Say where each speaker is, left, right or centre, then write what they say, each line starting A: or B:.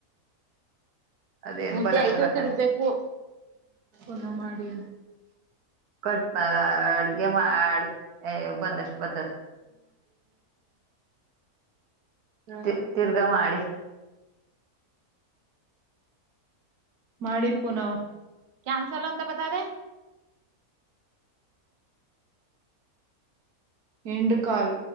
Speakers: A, on the right; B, on the right.
A: ಅದೇನ್
B: ಮುದ್ದೆ
A: ಬರಕ್
B: ಐತೋತಿ
A: ಕ್ಕ
B: ರುಬ್ಬೇಕು
A: <inaudible> ಕಟ್ಡತರ ಅಡ್ಗೆ ಮಾಡಿ ಬಂದಷ್ಟ ಬತದ ತಿ ತಿರ್ಗ ಮಾಡಿ ಮಾಡಿ ಪು ನಾವ್
B: ಕ್ಯಾನ್ಸಲ್ ಅಂತ ಬತಾದೆ
A: ಎಂಡ್ಕಾಲ್